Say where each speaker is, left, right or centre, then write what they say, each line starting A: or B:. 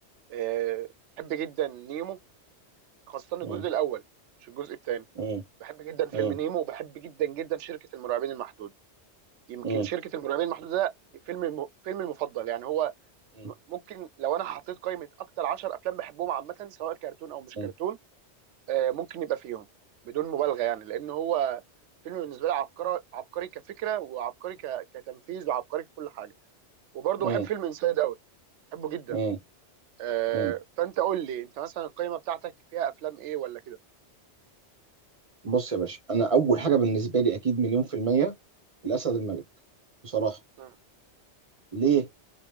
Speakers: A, on the right; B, on the right.
A: آه، بحب جدا نيمو خاصه الجزء
B: مم.
A: الاول مش الجزء الثاني
B: مم.
A: بحب جدا فيلم
B: مم.
A: نيمو وبحب جدا جدا شركة المرعبين المحدودة يمكن
B: مم.
A: شركة المرعبين المحدودة ده فيلم الم... فيلمي المفضل يعني هو
B: مم.
A: م- ممكن لو انا حطيت قائمة اكتر 10 افلام بحبهم عامة سواء كرتون او مش
B: مم.
A: كرتون آه، ممكن يبقى فيهم بدون مبالغة يعني لان هو فيلم بالنسبة لي عبقري عبقري كفكرة وعبقري ك... كتنفيذ وعبقري ككل حاجة وبرضه
B: مم.
A: بحب فيلم انسايد اوت بحبه جدا
B: مم.
A: آه،
B: مم.
A: فانت قول لي انت مثلا القائمة بتاعتك فيها افلام ايه ولا كده
B: بص يا باشا انا اول حاجه بالنسبه لي اكيد مليون في الميه الاسد الملك بصراحه
A: مم.
B: ليه